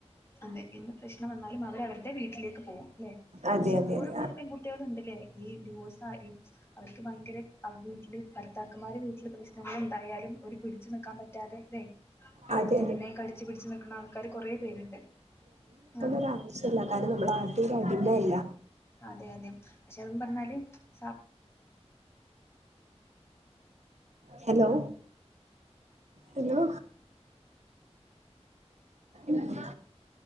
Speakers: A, on the left (about 20°); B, on the right (about 80°).
A: അതെ എന്ത് പ്രശ്നം വന്ന എന്നാലും അവ അവരുടെ വീട്ടിലേക്ക് പോകും അല്ലെ
B: അതെ
A: പക്ഷെ ഇപ്പോഴും
B: അതെ അതെ
A: പല പെൺകുട്ട ണ്ട്ല്ലേ ഈ ഡിവോഴസ് ആ അവർക്ക് ഭയങ്കര വീട്ടില് ഭർത്താക്കന്മാര് വീട്ടില് പ്രശ്നങ്ങള എന്തായാലും ഒരു പിടിച്ചു നിക്കാൻ പറ്റാതെ അല്ലെ. അവിടെ
B: അതെ അതെ
A: തന്നെ കടിച്ചു പിടിച്ച്ു നക്കണ ആൾക്കാാര് കുറേ പേരുണ്ട്. ആ
B: അതാവശ്യല്ല അതാത് നമ്മളാര്ടീം അടിമല്ല.
A: അതെ അതെ പക്ഷെ അതും പറഞ്ഞാലും സ
B: ഹലോ ഹലോ നമ്മ